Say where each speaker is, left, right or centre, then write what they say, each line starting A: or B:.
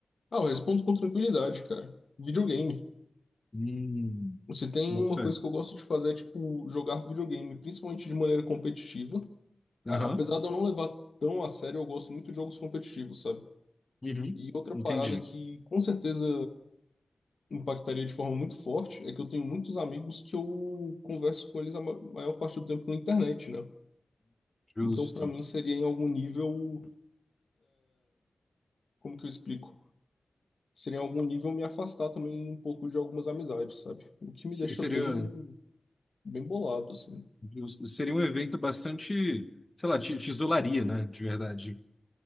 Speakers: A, on the left; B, on the left.
A: Ah, eu respondo com tranquilidade, cara. Videogame.
B: Hum,
A: Se tem
B: boto
A: uma
B: fé.
A: coisa que eu gosto de fazer é, tipo, jogar videogame, principalmente de maneira competitiva. A-
B: Aham,
A: apesar de eu não levar tão a sério, eu gosto muito de jogos competitivos, sabe?
B: uhum,
A: E outra
B: entendi.
A: parada que com certeza impactaria de forma muito forte é que eu tenho muitos amigos que eu converso com eles a ma- maior parte do tempo na internet, né?
B: Justo.
A: Então, pra mim, seria em algum nível, como que eu explico? seria em algum nível me afastar também um pouco de algumas amizades, sabe? O que me
B: Se-
A: deixa
B: Seria,
A: bem, bem bolado, assim.
B: justo. Seria um evento bastante, sei lá, te, te isolaria, né? De verdade.